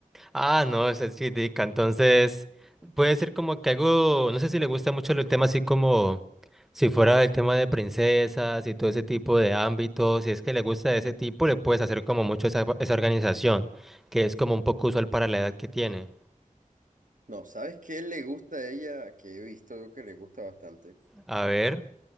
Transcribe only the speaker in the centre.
Ah, no, esa es chidica. Entonces, puede ser como que algo, no sé si le gusta mucho el tema así como si fuera el tema de princesas y todo ese tipo de ámbitos, si es que le gusta de ese tipo, le puedes hacer como mucho esa, esa organización, que es como un poco usual para la edad que tiene.
A ver.